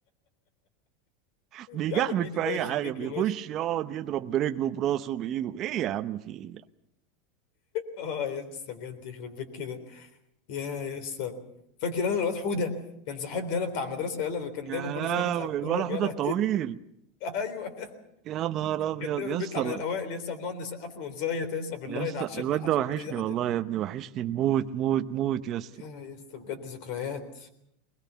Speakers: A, on the right; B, on the left.
A: بيجعبد
B: يا عم بايده
A: في اي
B: ماشي
A: حاجه
B: برجله
A: بيخش
B: ماشي
A: يقعد يضرب برجله براسه بايده ايه يا عم في ايه
B: اه يا اسطى بجد يخرب بيك كده يا يا اسطى فاكر انا الواد حوده كان صاحبنا يالا بتاع المدرسه يالا اللي كان
A: يا
B: دايما كل
A: لهوي
B: سنه بيطلع يتكرم
A: الولا حوده
B: يالا
A: الطويل
B: <laughs> ايوه
A: يا نهار ابيض
B: كان دايما
A: يا
B: بيطلع
A: اسطى
B: من الاوائل يا اسطى بنقعد نسقف له ونزيط يا اسطى باللاين
A: يا اسطى
B: عشان
A: الواد
B: عشان
A: ده وحشني
B: يقعد
A: والله
B: يا
A: يا ابني وحشني موت موت موت يا اسطى
B: يا اسطى بجد ذكريات